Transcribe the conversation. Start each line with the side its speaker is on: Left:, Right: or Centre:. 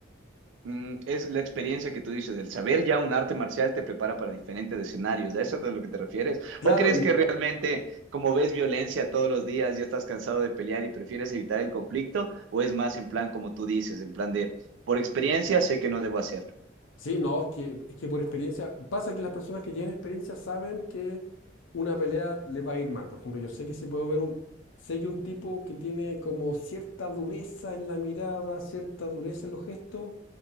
Right: Mm, es la experiencia que tú dices, del saber ya un arte marcial te prepara para diferentes escenarios, ¿a eso es a lo que te refieres?
Left: Claro,
Right: ¿O crees
Left: y,
Right: que realmente, como ves violencia todos los días, ya estás cansado de pelear y prefieres evitar el conflicto? ¿O es más en plan como tú dices, en plan de, por experiencia sé que no debo hacerlo?
Left: Sí, no, es que, es que por experiencia, pasa que las personas que tienen experiencia saben que una pelea le va a ir mal. Por ejemplo, yo sé que si puedo ver un, sé que un tipo que tiene como cierta dureza en la mirada, cierta dureza en los gestos,